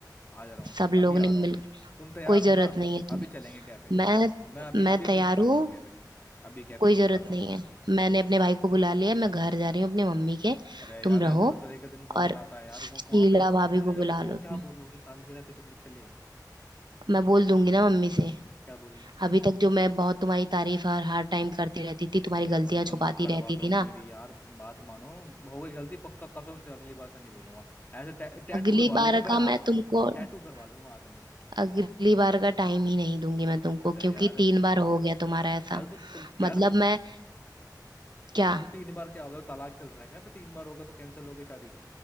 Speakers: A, on the left (about 25°); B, on the right (about 80°).
A: आ जा रहा हूँ ना
B: सब लोग
A: अभी आ
B: ने
A: रहा हूँ
B: मिल
A: मैं तुम तैयार
B: कोई जरूरत
A: हो ना
B: नहीं है
A: अभी
B: तुम
A: चलेंगे कैफे
B: मैं
A: मैं अभी
B: मैं
A: अभी
B: तैयार
A: बुक कर रहा
B: हूँ
A: हूँ कैफे अभी कैफे
B: कोई जरूरत
A: बुक कर रहा
B: नहीं
A: हूँ मैं
B: है मैंने अपने भाई को बुला लिया मैं घर जा रही हूँ अपनी मम्मी के
A: अरे
B: तुम
A: यार
B: रहो
A: एनिवर्सरी के दिन कौन
B: और
A: जाता है यार
B: शीला
A: वहाँ वहाँ पे
B: भाभी
A: उन
B: को बुला
A: लोगों को
B: लो तुम
A: क्या बोलोगे सालगिरह के दिन चलेगा
B: मैं बोल दूंगी ना मम्मी से
A: क्या बोलोगे
B: अभी तक जो मैं बहुत तुम्हारी तारीफ हर हर टाइम करती रहती थी तुम्हारी
A: या
B: गलतियां
A: तुम तो
B: छुपाती
A: नाक कटवा
B: रहती
A: दोगे
B: थी ना
A: मेरी यार बात मानो हो गई गलती पक्का कसम से अगली बार से नहीं बोलूंगा ऐसे टै, टैटू
B: अगली
A: करवा
B: बार
A: लूंगा मेरे
B: का
A: हाथ
B: मैं
A: में
B: तुमको अग,
A: टैटू करवा लूंगा हाथ में
B: अगली बार का टाइम ही नहीं दूंगी मैं तुमको
A: अरे
B: क्योंकि
A: यार
B: तीन बार हो गया तुम्हारा ऐसा
A: अरे तो तुम यार
B: मतलब मैं क्या
A: तो तीन बार क्या होगा तलाक चल रहा है क्या बे? तीन बार होगा तो कैंसिल होगी शादी